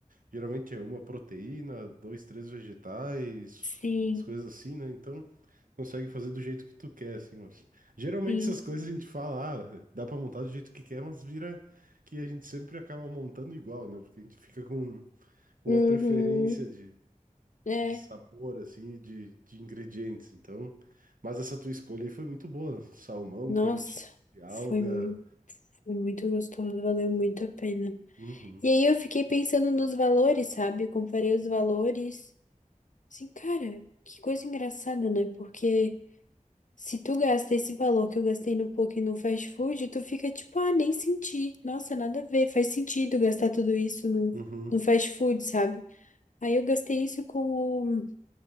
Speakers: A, on the right (about 75°); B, on the left (about 65°).
A: Geralmente é uma proteína, dois, três vegetais,
B: sim,
A: umas coisas assim, né? Então, consegue fazer do jeito que tu quer, assim, mas... Geralmente
B: sim.
A: essas coisas a gente fala, ah, dá pra montar do jeito que quer, mas vira que a gente sempre acaba montando igual, né? Porque a gente fica com uma
B: Uhum,
A: preferência de,
B: é.
A: de sabor, assim, e de, de ingredientes, então... Mas essa tua escolha aí foi muito boa. Salmão,
B: Nossa,
A: cream cheese, alga...
B: foi, mu- foi muito gostoso, valeu muito a pena.
A: Uhum,
B: E aí eu fiquei pensando nos valores, sabe? Eu comparei os valores. Assim, cara, que coisa engraçada, né? Porque se tu gasta esse valor que eu gastei no poke e no fast food, tu fica tipo, ah, nem senti. Nossa, nada a ver, faz sentido gastar tudo isso no,
A: uhum.
B: no fast food, sabe? Aí eu gastei isso com o